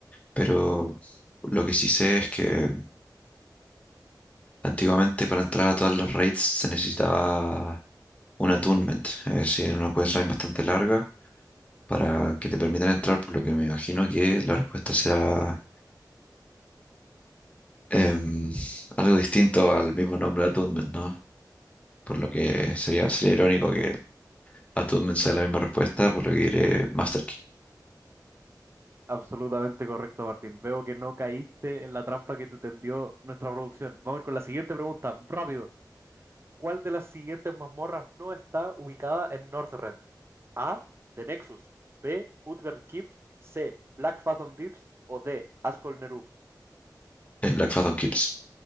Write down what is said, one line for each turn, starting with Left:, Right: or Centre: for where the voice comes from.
Left: pero lo que sí sé es que antiguamente para entrar a todas las raids se necesitaba un attunement, es decir, una questline bastante larga para que te permitan entrar, por lo que me imagino que la respuesta será em, algo distinto al mismo nombre attunement, ¿no? Por lo que sería, sería irónico que a Toon sea la misma respuesta, por lo que diré Master Key.
Right: Absolutamente correcto, Martín. Veo que no caíste en la trampa que te tendió nuestra producción. Vamos a ir con la siguiente pregunta, rápido. ¿Cuál de las siguientes mazmorras no está ubicada en Northrend? A. The Nexus. B. Utgard Keep. C. Black Fathom Deeps. O D. Ascol Neruf.
Left: El Black Phantom Kips.